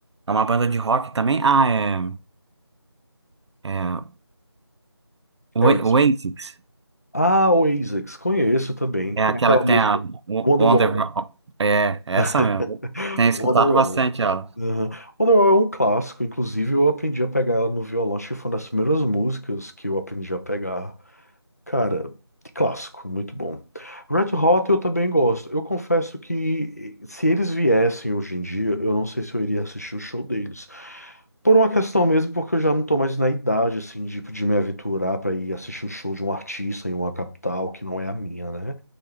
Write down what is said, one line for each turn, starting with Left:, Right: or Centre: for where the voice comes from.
Right: é uma banda de rock também. Ah, é, é Oa-
Left: Aerosmith.
Right: Oasis.
Left: Ah, Oasis, conheço também.
Right: É
Left: Tem
Right: aquela
Left: aquela
Right: que
Left: música
Right: tem a o-
Left: Wonderwall.
Right: Wonder... É, é
Left: <laughs>
Right: essa mesmo. Tenho escutado
Left: Wonderwall.
Right: bastante ela.
Left: Uhum. Wonderwall <laughs> é um clássico, inclusive eu aprendi a pegar ela no violão, acho que foi uma das primeiras músicas que eu aprendi a pegar. Cara, clássico, muito bom. Red Hot eu também gosto. Eu confesso que eh, se eles viessem hoje em dia, eu não sei se eu iria assistir o show deles. Por uma questão mesmo, porque eu já não tô mais na idade, assim, de, de me aventurar pra ir assistir o show de um artista em uma capital que não é a minha, né?